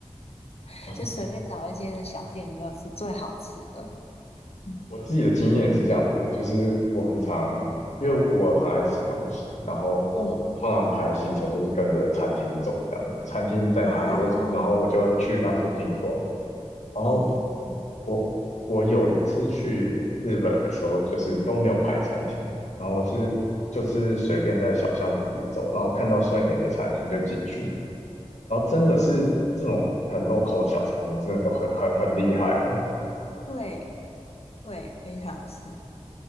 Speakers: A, on the left; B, on the left.
A: <laughs>
B: 哦，
A: 就随便找一些的小店就是最好吃的。嗯，
B: 我自己的经验也是这样子的，就是我很常，因为我很爱吃东西，然后我通常排行程都是跟着餐厅走这样子，
A: 嗯，
B: 餐厅在哪里，
A: 哦，
B: 我然后我就去那附近逛。然后
A: 嗯啊，嗯嗯
B: 我我有一次去日本的时候，就是都没有排餐厅，然后我是就是随便在小巷子里走，然后看到顺眼的餐厅就进去，然后真的是这种很 local 的小餐厅，真的都很很很厉害欸，
A: 对对，非常是。